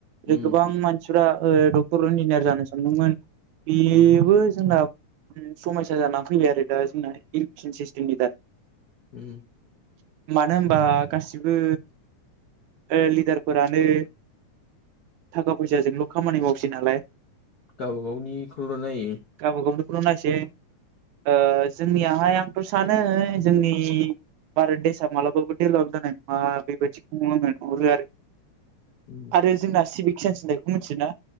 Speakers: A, on the left (about 55°); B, on the right (about 75°).
A: उम
B: ओ गोबां मानसिफ्रा ओ दं डक्टर' इन्जिनियार जानो सानदोंमोन बेबो
A: उम
B: जोंना समयसा जानानै फैबाय आरो दा जोंना इडुकेसन सिस्टेमनि दार
A: उम
B: मानो होनबा गासिबो ओ लिडारफोरानो थाखा फैसाजोंल' खामानि मावसै नालाय
A: गाव-गावनिखौल' नों नायो
B: गावबा गावनिखौल' नायसै ओ जोंनियाहाय आंथ' सानो जोंनि भारत देसाआ मालाबाबो डेभेलप जानाय नङा बेबायदिखौल'नो नुहरो आरो
A: उम
B: बे जोंना सिभिक सेन्स होननायखौ मिथियोना?